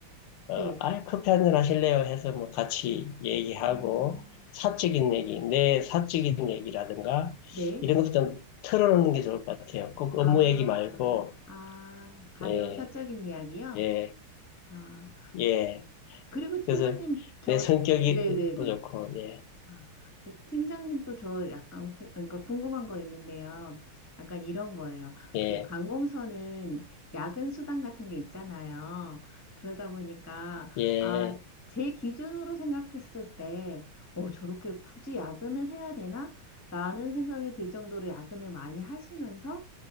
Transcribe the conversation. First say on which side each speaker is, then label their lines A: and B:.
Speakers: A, on the left (about 85°); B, on the left (about 20°).
A: 어,
B: 네,
A: 아이, 커피 한잔 하실래요? 해서 뭐 같이 얘기하고,
B: 음,
A: 사적인 얘기, 내 사적인 얘기라든가,
B: 네,
A: 이런 것도 좀 털어놓는 게 좋을 것 같아요. 꼭
B: 아,
A: 업무 얘기 말고,
B: 아, 가벼운
A: 예,
B: 사적인 이야기요.
A: 예,
B: 아,
A: 예.
B: 그리고 팀장님,
A: 그래서
B: 저,
A: 내 성격이
B: 네, 네,
A: 또
B: 네.
A: 좋고, 예,
B: 아, 그 팀장님 또 저 약간 구, 그러니까 궁금한 거 있는데요. 약간 이런 거예요.
A: 예,
B: 그 관공서는 야근 수당 같은 게 있잖아요. 그러다 보니까
A: 예,
B: 아, 제 기준으로 생각했을 때 어, 저렇게 굳이 야근을 해야 되나? 라는 생각이 들 정도로 야근을 많이 하시면서